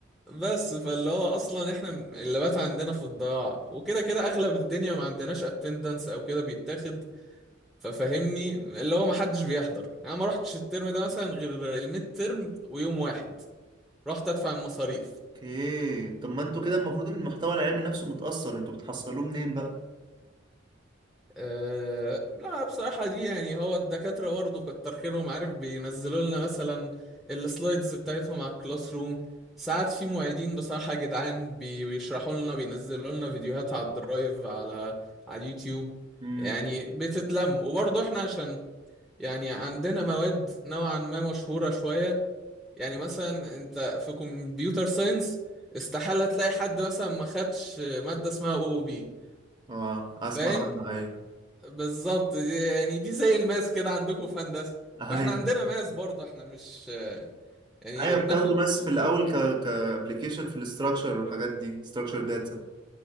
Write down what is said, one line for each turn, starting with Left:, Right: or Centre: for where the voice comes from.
Centre: بس فاللي هو اصلا احنا اللابات عندنا في الضياع وكده كده اغلب الدنيا ما عندناش اتندنس او كده بيتاخد ففهمني اللي هو محدش بيحضر انا ما رحتش الترم ده مثلا غير الميد ترم ويوم واحد رحت ادفع المصاريف
Right: اوكي طب ما انتوا كده المفروض إن المحتوى العلمي نفسه متأثر انتوا بتحصلوه منين بقى
Centre: أه لا بصراحة دي يعني هو الدكاترة برضه كتر خيرهم عارف بينزلوا لنا مثلا السلايدز بتاعتهم على الكلاس روم ساعات في معيدين بصراحة جدعان بي- بيشرحوا لنا بينزلوا لنا فيديوهات على الدرايف على على اليوتيوب
Right: امم
Centre: يعني بتتلم وبرضه احنا عشان يعني عندنا مواد نوعا ما مشهورة شوية يعني مثلا انت في كمبيوتر ساينس استحالة تلاقي حد مثلا ما خدش مادة اسمها او بي
Right: اه اسمع
Centre: فاهم
Right: عنه ايوه
Centre: بالظبط دي يعني دي زي الماس كده عندكم في هندسة
Right: ايوه
Centre: واحنا عندنا ماس برضه احنا مش يعني
Right: ايوه
Centre: بناخد
Right: بتاخده بس في الاول ك كابلكيشن في الاستراكشر والحاجات دي استراكشر داتا